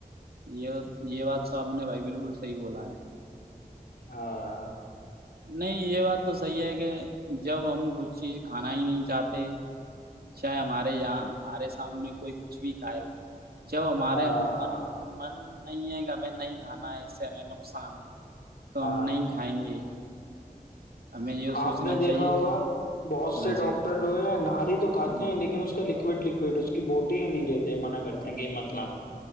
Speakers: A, on the right; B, on the left.
A: یہ یہ بات تو آپ نے بھائی بالکل صحی بولا ہے <unintelligible>
B: ہاں <unintelligible> <unintelligible>
A: نہیں یہ بات تو صحیح ہے کہ جب ہم کچھ چیز کھانا ہی نہیں چاہتے چاہے ہمارے یہاں ہمارے سامنے کوئی کچھ بھی کھائے <unintelligible> <unintelligible> جب ہمارے
B: ہاں
A: من من <unintelligible> نہیں ہے کہ ہمیں نہیں کھانا ہے اس سے ہمیں نقصان ہے <unintelligible> تو
B: ہاں
A: ہم نہیں کھائیں گے <unintelligible> ہمیں یہ
B: آپ
A: سوچنا
B: نے دیکھا
A: چاہیے
B: ہوگا بہت سے
A: ہاں
B: ڈاکٹر
A: جی
B: جو ہے نہاری تو <unintelligible> کاتے
A: ہ
B: ہیں لیکن اس کا <unintelligible> لکوڈ لکوئڈ اس کی بوٹل <unintelligible> <unintelligible> نہیں لیتے منع کرتے ہیں گ مت لانا